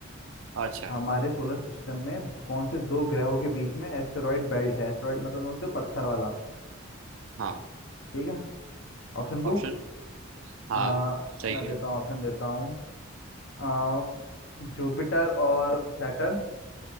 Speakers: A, on the right; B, on the left.
A: अच्छा
B: हमारे सोलर सिस्टम में द- कौन से दो ग्रहों के बीच में एस्टेरॉइड बेल्ट है एस्टेरॉइड मतलब समझते हो पत्थर वाला
A: हाँ
B: ठीक है ऑप्शन दूं
A: ऑप्शन हाँ
B: आ,
A: चाहिए
B: मैं देता हूँ ऑप्शन देता हूँ आ, जुपिटर और सैटर्न